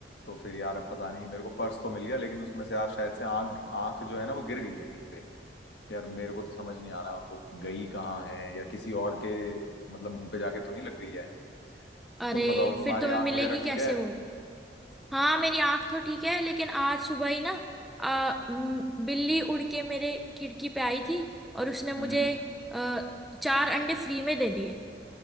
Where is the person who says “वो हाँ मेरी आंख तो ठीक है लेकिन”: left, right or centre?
Centre